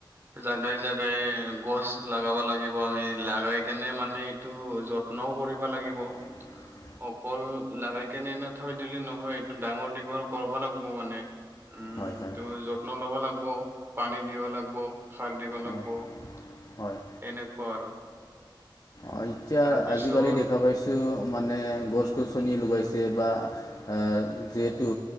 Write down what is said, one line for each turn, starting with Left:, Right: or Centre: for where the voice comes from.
Right: জাগাই জাগাই গছ লগাব লাগিব আমি লাগাই কেনে মানে এইটো যত্নও কৰিব লাগিব।
Left: <unintelligible>
Right: অকল লগাই কেনে এনে থৈ দিলি নহয়। এইটো ডাঙৰ দীঘৰ কৰাব লাগব মানে। উম
Left: হয় হয়।
Right: ত যত্ন লব লাগব। পানী দিব লাগব। সাৰ দিব
Left: হয়।
Right: লাগিব সেনেকুৱা
Left: হয়।
Right: আৰু
Left: অ এতিয়া
Right: তাৰপিছত
Left: আজিকালি দেখা পাইছো মানে গছ
Right: উম
Left: গছনি
Right: উম
Left: লগাইছে বা আহ যিহেতু